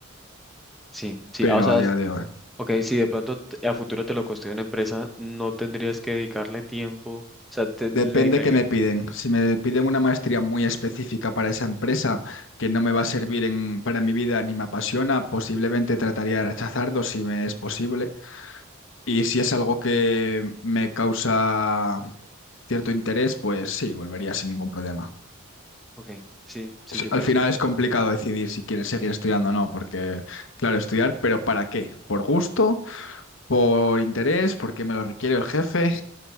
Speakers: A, in the centre; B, on the left.
A: Sí, sí,
B: pero
A: ah, o sea,
B: a día de hoy.
A: ok, si de pronto t- a futuro te lo costea una empresa, no tendrías que dedicarle tiempo, o sea, te
B: Depende
A: le dedicarías,
B: qué me piden. Si me piden una maestría muy específica para esa empresa que no me va a servir en, para mi vida ni me apasiona, posiblemente trataría de rechazarlo si me es posible Y si es algo que me causa cierto interés, pues sí, volvería sin ningún problema.
A: ok, sí, sí,
B: S-
A: yo
B: Al
A: pienso.
B: final es complicado decidir si quieres seguir estudiando o no, porque, claro, estudiar, pero ¿para qué? ¿Por gusto? ¿Por interés? ¿Porque me lo requiere el jefe?